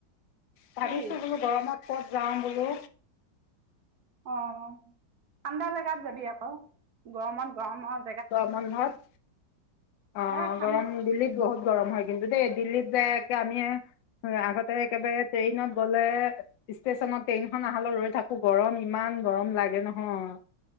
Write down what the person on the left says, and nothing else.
ভাবিছো
বোলো গৰমত। ক'ত যাওঁ বোলো।
গৰম বন্ধত অ
গৰম দিল্লীত বহুত গৰম হয়। কিন্তু দেই দিল্লীত যাই আমি আগতে একেবাৰে ট্ৰেইনত গ'লে ষ্টেশচনত ট্ৰেইনখন অহালৈ ৰৈ থাকো গৰম ইমান গৰম লাগে নহয়।